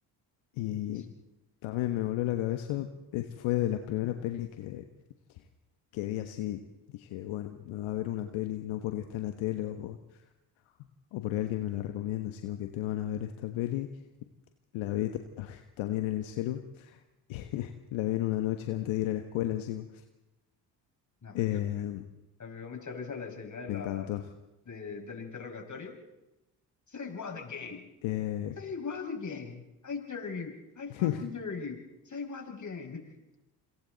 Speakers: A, on the left (about 70°); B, on the left (about 35°).
A: y
B: Sí.
A: también me voló la cabeza. Es- fue de las primeras pelis que, que vi así. Dije, bueno, me va a ver una peli, no porque está en la tele o, por- o porque alguien me la recomienda, sino que te van a ver esta peli. La vi ta- <laughs> también en el celu. <laughs> La vi en una noche antes de ir a la escuela encima.
B: Ay,
A: Eh,
B: a mí me, a mí me dio mucha risa la escena de la,
A: me encantó.
B: de, del interrogatorio. Say what again?
A: Eh,
B: Say what again? I dare you. I fucking
A: <laughs>
B: dare you. Say what again? <laughs>